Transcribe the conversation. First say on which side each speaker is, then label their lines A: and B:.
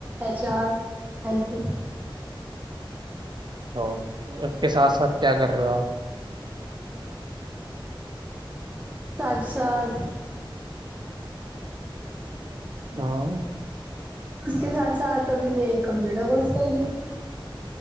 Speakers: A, on the right; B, on the right.
A: HR, finance.
B: ਹੋਰ ਉਸਕੇ ਸਾਥ-ਸਾਥ ਕਿਆ ਕਰ ਰਹੇ ਹੋ ਆਪ।
A: ਸਾਥ-ਸਾਥ।
B: ਹਾਂ।
A: ਉਸਕੇ ਸਾਥ-ਸਾਥ ਅਭੀ ਮੈਂ ਕੰਪਿਊਟਰ ਕੋਰਸ ਕਰ ਰਹੀ ।